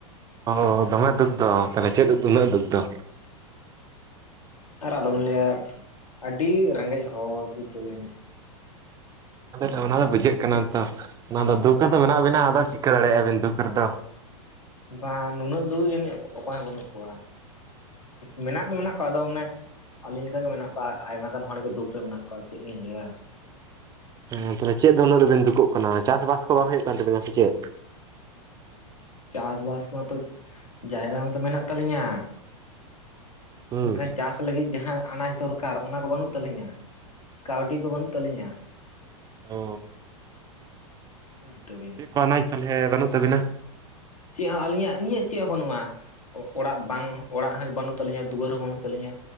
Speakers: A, on the right; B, on the left.
A: ᱚ ᱫᱚᱢᱮ ᱫᱩᱠ ᱫᱚ ᱛᱟᱦᱚᱞᱮ ᱪᱮᱫ ᱩᱱᱟᱹᱜ ᱫᱩᱠ ᱫᱚ?
B: ᱟᱨ ᱟᱞᱚᱵᱮᱱ ᱞᱟᱹᱭ ᱟ ᱟᱹᱰᱤ ᱨᱮᱸᱜᱮᱡ ᱦᱚᱲ ᱵᱩᱡᱽ ᱛᱟᱵᱤᱱ
A: ᱮ ᱚᱱᱟ ᱫᱚ ᱵᱩᱡᱷᱟᱹᱜ ᱠᱟᱱᱟ ᱛᱚ ᱚᱱᱟ ᱫᱚ ᱫᱩᱠ ᱨᱮᱫᱚ ᱢᱮᱱᱟᱜ ᱵᱤᱱᱟ ᱟᱫᱚ ᱪᱤᱠᱟᱹ ᱫᱟᱲᱮᱭᱟᱜ-ᱟ ᱵᱤᱱ ᱫᱩᱠ ᱨᱮᱫᱚ
B: ᱵᱟ ᱱᱩᱱᱟᱹᱜ ᱫᱩᱠ ᱡᱟᱹᱱᱤᱡ ᱚᱠᱚᱭ ᱦᱚᱸ ᱵᱟᱹᱱᱩᱜ ᱠᱚᱣᱟ ᱢᱮᱱᱟᱜ ᱫᱚ ᱢᱮᱱᱟᱜ ᱠᱚᱣᱟ ᱟᱫᱚ ᱢᱟᱱᱮ ᱟᱹᱞᱤᱧ ᱞᱮᱠᱟᱜ ᱜᱮ ᱢᱮᱱᱟᱜ ᱠᱚᱣᱟ ᱟᱭᱢᱟ ᱜᱟᱱ ᱦᱚᱲ ᱜᱮ ᱫᱩᱠ ᱨᱮ ᱢᱮᱱᱟᱜ ᱠᱚᱣᱟ ᱪᱮᱫ ᱞᱤᱧ ᱞᱟᱹᱭ ᱟ
A: ᱦᱮᱸ ᱛᱟᱦᱚᱞᱮ ᱪᱮᱫ ᱫᱚ ᱩᱱᱟᱹᱜ ᱫᱚᱵᱮᱱ ᱫᱩᱠᱚᱜ ᱠᱟᱱᱟ ᱪᱟᱥᱵᱟᱥ ᱠᱚ ᱵᱟᱝ ᱦᱩᱭᱩᱜ ᱠᱟᱱ ᱛᱟᱵᱤᱱᱟ ᱥᱮ ᱪᱮᱫ?
B: ᱪᱟᱥ ᱵᱟᱥ ᱢᱟᱛᱚ ᱡᱟᱭᱜᱟ ᱢᱟᱛᱚ ᱢᱮᱱᱟᱜ ᱛᱟᱞᱤᱧᱟ
A: ᱦᱩᱸ
B: ᱢᱮᱱᱠᱷᱟᱱ ᱪᱟᱥ ᱞᱟᱹᱜᱤᱫ ᱡᱟᱦᱟᱸ ᱟᱱᱟᱡ ᱫᱚᱨᱠᱟᱨ ᱚᱱᱟ ᱠᱚ ᱵᱟᱹᱱᱩᱜ ᱛᱟᱹᱞᱤᱧᱟ ᱠᱟᱹᱣᱰᱤ ᱠᱚ ᱵᱟᱹᱱᱩᱜ ᱛᱟᱹᱞᱤᱧᱟ
A: ᱚ
B: <unintelligible>
A: ᱪᱮᱫ ᱠᱚ ᱟᱱᱟᱡ ᱛᱟᱦᱚᱞᱮ ᱵᱟᱹᱱᱩᱜ ᱛᱟᱵᱤᱱᱟ?
B: ᱪᱮᱫ ᱦᱚᱸ ᱟᱹᱞᱤᱧᱟᱜ ᱟᱹᱞᱤᱧᱟᱜ ᱪᱮᱫ ᱦᱚᱸ ᱵᱟᱹᱱᱩᱜᱼᱟ᱾ ᱚᱲᱟᱜ ᱵᱟᱝ ᱚᱲᱟᱜ ᱦᱚᱸ ᱵᱟᱹᱱᱩᱜ ᱛᱟᱹᱞᱤᱧᱟ ᱫᱩᱣᱟᱹᱨ ᱦᱚᱸ ᱵᱟᱹᱱᱩᱜ ᱛᱟᱹᱞᱤᱧᱟ᱾